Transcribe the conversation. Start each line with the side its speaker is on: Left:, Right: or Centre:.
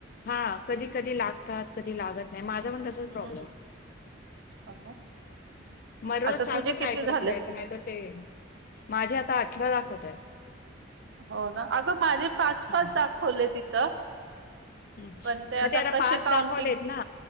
Left: हा कधी कधी लागतात की लात नाही मा पण
Right: हम्म
Left: प्रब्लेम
Right: हो ना
Left: मग रोज
Right: आता
Left: चालतं
Right: तुझे किती
Left: ट्राय करत
Right: झालेत
Left: राहायचं नाही तर ते माझे आता अठरा दाखवतय
Right: हो ना अगं माझे पाच
Left: हं.
Right: पाच दाखवले तिथं
Left: ह्
Right: पण
Left: मग ते आता
Right: कसे
Left: पाच
Right: काउंटिंग
Left: दाखवलेत ना